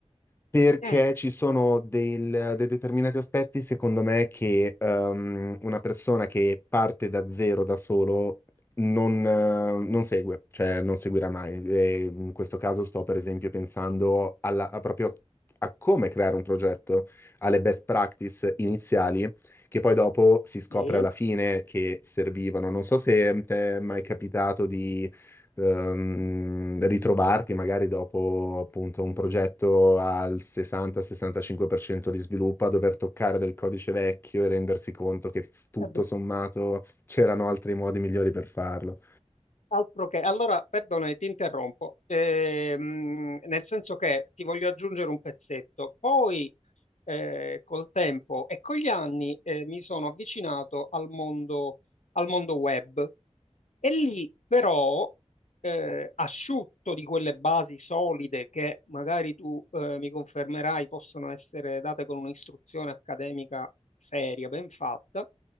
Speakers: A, on the left; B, on the left.
A: perché
B: mm,
A: ci sono del- dei determinati aspetti, secondo me, che ehm, una persona che parte da zero da solo non, eh, non segue, cioè non seguirà mai. E in questo caso sto per esempio pensando alla- a proprio a come creare un progetto, alle best practice iniziali che poi dopo si scopre
B: sì. Eh
A: alla fine che servivano. Non so se ti è mai capitato di ehm, ritrovarti magari dopo appunto un progetto al 60-65% di sviluppo a dover toccare del codice vecchio e rendersi conto che f- tutto
B: beh,
A: sommato c'erano altri modi migliori per farlo.
B: altro che. Allora, perdona, ti interrompo, Ehm, nel senso che ti voglio aggiungere un pezzetto. Poi eh, col tempo e con gli anni eh, mi sono avvicinato al mondo, al mondo web E lì però, eh, asciutto di quelle basi solide che magari tu eh, mi confermerai possono essere date con un'istruzione accademica seria, ben fatta,